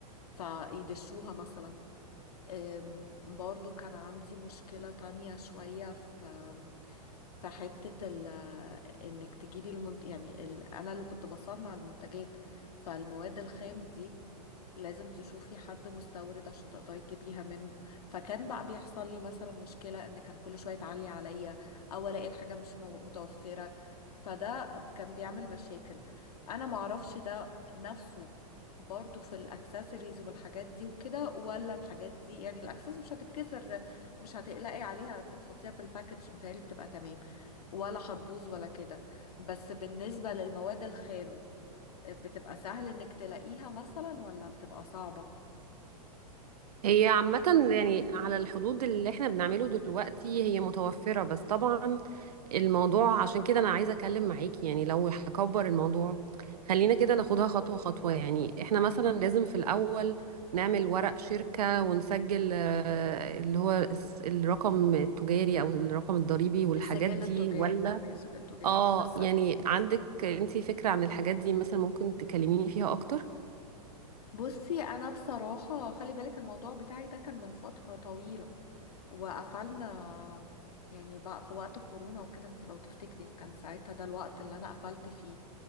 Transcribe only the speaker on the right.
هي عامة يعني على الحدود اللي احنا بنعمله دلوقتي هي متوفرة بس طبعا الموضوع عشان كده انا عايزة اتكلم معاكي يعني لو هكبر الموضوع خلينا كده ناخدها خطوة خطوة يعني احنا مثلا لازم في الاول نعمل ورق شركة ونسجل آه، اللي هو الس- الرقم التجاري او الرقم الضريبي والحاجات
دي
ولا
اه
يعني عندك انتي فكرة عن الحاجات دي مثلا ممكن تكلميني فيها اكتر